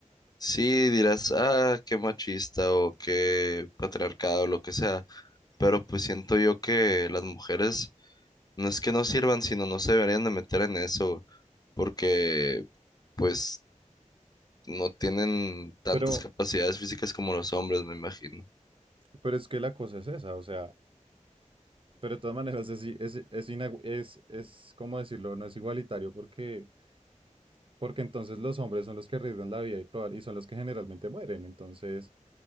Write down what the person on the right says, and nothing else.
Pero,
pero es que la cosa es esa, o sea, pero de todas maneras es, i- es, es, inagü- es, es, ¿cómo decirlo? No es igualitario porque... porque entonces los hombres son los que arriesgan la vida y, probable, y son los que generalmente mueren. Entonces,